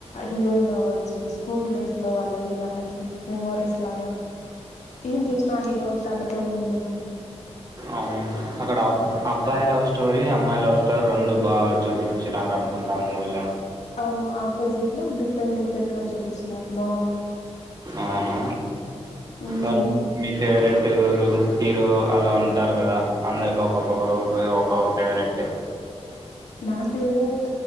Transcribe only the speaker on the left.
హీరోయిన్ అవ్ చు స్కూల్ డేస్ లో వాళ్ళ ది వాళ్ళకి మెమోరీస్ లాగా ఏం చేసిన ఆ హీరో తనతోనే ఉ <unintelligible>
అవును ఆపోజిట్ లో డిఫెరెంట్ డిఫెరెంట్ గా చూపించినారు బాంది
ఉమ్
నా ఫేవరెట్